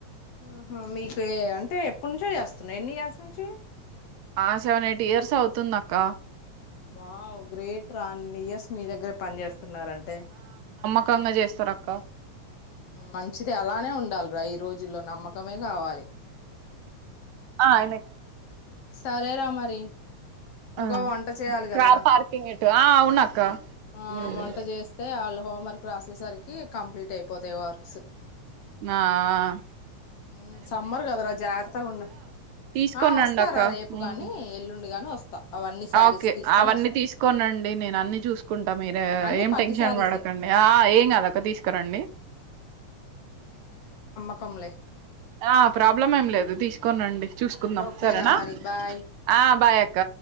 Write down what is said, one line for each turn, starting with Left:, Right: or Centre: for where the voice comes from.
Left: ఆహా మీ పేరు అంటే ఎప్పుడు నుంచో చేస్తున్నార ఎన్ని ఇయర్స్ నుంచి.
Right: ఆహ్ సెవెన్ ఎయిట్ ఇయర్స్ అవుతుంది అక్క.
Left: వావ్ గ్రేట్ రా అన్ని ఇయర్స్. మీ దగ్గర పని చేస్త్ వస్తున్నారంటే.
Right: చక్కంగా చేస్తారు అక్క.
Left: మంచిది అలానే ఉండాలిరా. ఈ రోజుల్లో నమ్మకమే కావాలి.
Right: ఆహ్ ఎక్.
Left: సరేరా మరి ఇంకో
Right: ఆ!
Left: వంట చేయాలి కదా.
Right: కార్ పార్కింగ్ ఇటు. ఆ! అవునక్క.
Left: ఆహ్
Right: హ్మ్.
Left: వంట చేస్తే వాళ్ళు. హోంవర్క్ రాసేసరికి కంప్లీట్ అయిపోతాయి వర్క్స్.
Right: ఆహ్.
Left: ఉమ్ సమ్మర్ కదరా జాగ్రత్తగా ఉండు
Right: తీసుకోనిండి
Left: ఆహ్ వస్తారా
Right: అక్క
Left: రేపు
Right: ఉమ్.
Left: కాని ఎల్లుండి గాని వస్త్. వస్తా. అవన్నీ శారీస్
Right: ఓకే
Left: తీసుకొని
Right: అవన్నీ
Left: వస్తా
Right: తీసుకోనండి నేను అన్నిీ చూసుకుంటా మీరే
Left: అన్ని
Right: ఏం
Left: పట్టు
Right: టెన్షన్
Left: శారీసే
Right: పడకండి ఆ ఏం కదక తీసుకురండి
Left: కముమ్లే.
Right: ఆహ్ ప్రాబ్లం ఏం లేదు తీసుకోనిరండి. చూసుకుందాం
Left: ఓకే
Right: సరేనా
Left: రా మరి బాయ్
Right: ఆహ్ బాయ్. అక్క.